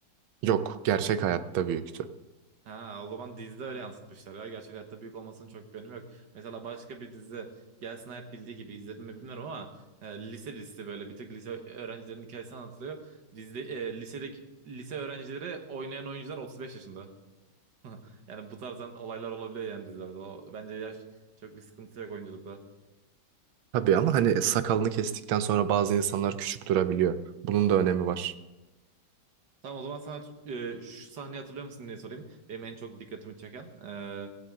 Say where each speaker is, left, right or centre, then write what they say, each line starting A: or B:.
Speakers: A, on the right; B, on the right.
A: Yok, gerçek hayatta büyüktü.
B: Ha, o zaman dizide öyle yansıtmışlar ya. Gerçek hayatta büyük olmasının çok bir önemi yok. Mesela başka bir dizi Gelsin Hayat bildiği gibi izledim mi bilmiyorum ama e, lise dizisi böyle bir tık lise öğrencilerin hikayesi anlatılıyor. Dizide e, lisedeki lise öğrencileri oynayan oyuncular 35 yaşında. <laughs> Yani bu tarzdan olaylar olabiliyor yani dizilerde. O, bence yaş çok bir sıkıntı yok oyunculukla.
A: Tabii ama hani sakalını kestikten sonra bazı insanlar küçük durabiliyor. Bunun da önemi var.
B: Tamam o zaman sana e, şu sahneyi hatırlıyor musun diye sorayım. Benim en çok dikkatimi çeken. E,